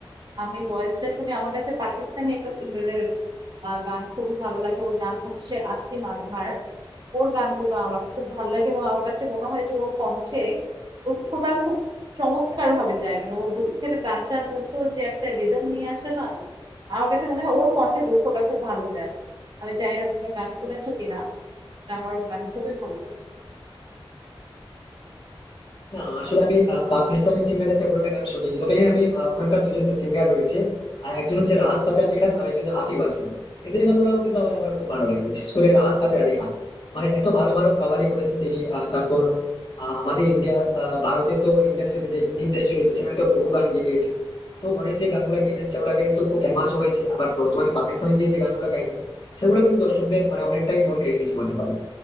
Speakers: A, on the right; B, on the left.
A: আমি ভয়েসটা শুনি আমার কাছে পাকিস্তানি একটা সিঙ্গারের গান খুবই ভালো লাগে ওর নাম হচ্ছে আসিম আজহার ওর গানগুলো আমার খুব ভালো লাগে এবং আমার কাছে মনে হয় যে ওর কণ্ঠে দুঃখটা খুব চমৎকার ভাবে যায় মানে ওর দুঃখের গানটার মধ্যেও যে একটা রিদম নিয়ে আসে না আমার কাছে মনে হয় ওর কণ্ঠে দুঃখটা খুব ভালো যায় আমি জানি না তুমি গান শুনেছো কিনা কিন্তু আমার গান খুবই ভালো লাগে
B: না আসলে আমি আহ, পাকিস্তানি সিঙ্গারদের তেমন একটা গান শুনি তবে হ্যাঁ আমি আহ, ওখানকার দুজন সিঙ্গার রয়েছে আর একজন হচ্ছে রাহাত ফাতে আলী খান আর একজন আতিফ আসলাম এদের গানগুলো কিন্তু আমার আমার খুব ভালো লাগে বিশেষ করে রাহাত ফাতে আলী খান মানে এত ভালো ভালো কাওয়ালি করেছেন তিনি আহ, তারপর আহ, আমাদের ইন্ডিয়া আহ, ভারতের তো ইন্ডাস্ট্রিতে যে হিন্দি ইন্ডাস্ট্রি রয়েছে সেখানে তো বহু গান গেয়ে গেছেন তো অনেক যে গানগুলো গেয়েছেন সেগুলো কিন্তু খুব ফেমাস হয়েছে আবার বর্তমানে পাকিস্তানে গিয়ে যে গানগুলো গাইছেন সেগুলো কিন্তু দর্শকদের মানে অনেকটাই মন কেড়ে নিয়েছে বলতে পারেন